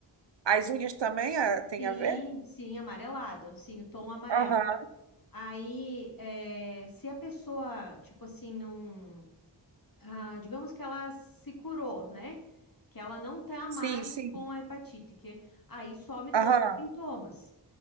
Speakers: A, on the right; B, on the left.
A: As unhas também ah, tem
B: Sim,
A: a ver?
B: sim, amarelado, sim, o tom amarelo.
A: Aham.
B: Aí, é, se a pessoa, tipo assim, não. ah, digamos que ela se curou, né? Que ela não tá mais
A: Sim, sim.
B: com a hepatite, que aí some todos
A: Aham.
B: os sintomas.